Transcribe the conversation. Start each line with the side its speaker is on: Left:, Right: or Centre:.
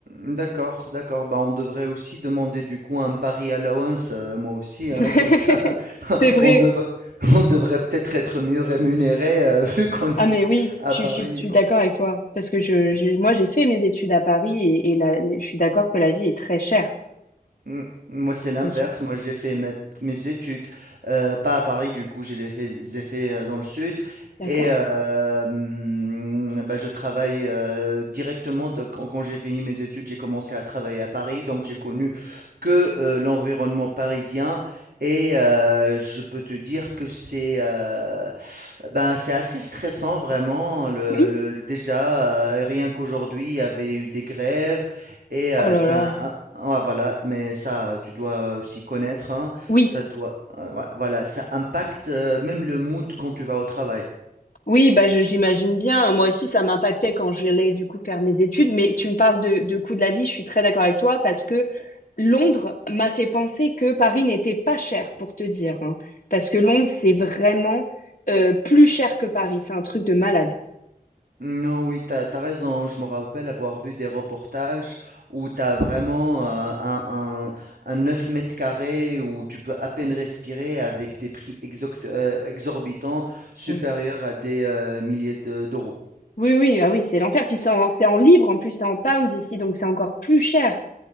Right: D'accord, d'accord. Bah, on devrait aussi demander du coup un pari allowance, euh, moi aussi,
Left: <laughs>
Right: hein, comme ça, <laughs>
Left: C'est vrai.
Right: on devrait, on devrait peut-être être mieux rémunéré euh, <laughs> vu qu'on est
Left: Ah mais oui,
Right: à
Left: je,
Right: Paris.
Left: je- je suis d'accord avec toi parce que je, je- moi j'ai fait mes études à Paris et, et la- je suis d'accord que la vie est très chère,
Right: Mm, Moi, c'est
Left: très
Right: l'inverse.
Left: chère.
Right: Moi, j'ai fait mes, mes études, euh, pas à Paris, du coup, je les fais, j'ai fait euh, dans le sud.
Left: D'accord?
Right: Et euh, mm, bah, je travaille euh, directement, de- quand, quand j'ai fini mes études, j'ai commencé à travailler à Paris. Donc, j'ai connu que euh, l'environnement parisien. Et euh, je peux te dire que c'est euh, ben, c'est assez stressant, vraiment. Le,
Left: Oui.
Right: le- le- déjà, euh, rien qu'aujourd'hui, il y avait eu des grèves. Et
Left: Oh
Right: euh,
Left: là
Right: ça
Left: là.
Right: ah voilà, mais ça, tu dois aussi connaître, hein,
Left: Oui,
Right: ça doit, euh, ouais, voilà, ça impacte euh, même le mood quand tu vas au travail.
Left: oui, bah je- j'imagine bien. Moi aussi ça m'impactait quand j'allais du coup faire mes études, mais tu me parles de, de coût de la vie, je suis très d'accord avec toi parce que Londres m'a fait penser que Paris n'était pas cher pour te dire, hein. parce que Londres c'est vraiment euh, plus cher que Paris, c'est un truc de malade.
Right: Non, oui, t'as, t'as raison, hein. je me rappelle avoir vu des reportages où t'as vraiment euh, un, un, un 9 mètres carrés où tu peux à peine respirer avec des prix exoct- euh, exorbitants supérieurs
Left: ouais
Right: à des euh, milliers de- d'euros.
Left: Oui, oui, ah oui, c'est l'enfer. Puis c'est en, c'est en livres, en plus, c'est en pounds ici, donc c'est encore plus cher.